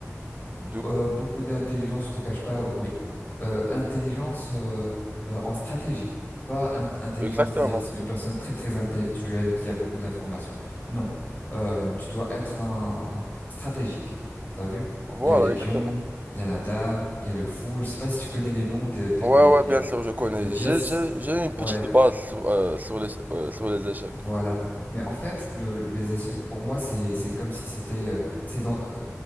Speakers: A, on the right (about 30°); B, on the left (about 35°).
A: Du
B: Euh,
A: coup,
B: beaucoup d'intelligence, je te cache pas, oui. Euh, intelligence euh, euh, en stratégie, pas in- intelligence,
A: exactement.
B: c'est-à-dire c'est une personne très très intellectuelle qui a beaucoup d'informations. Non, Euh, tu dois être un stratégique. T'as vu?
A: Voilà,
B: Il y a les pions,
A: exactement.
B: il y a la dame, il y a le fou. Je sais pas si tu connais les noms de- des
A: Ouais, ouais,
B: des
A: bien sûr, je connais.
B: des pièces.
A: J'ai j'ai j'ai une
B: Ouais,
A: petite base sur euh, sur les euh, sur les échecs.
B: Voilà. Mais en fait, le, le- les échecs pour moi, c'est c'est comme si c'était euh, c'est dans euh,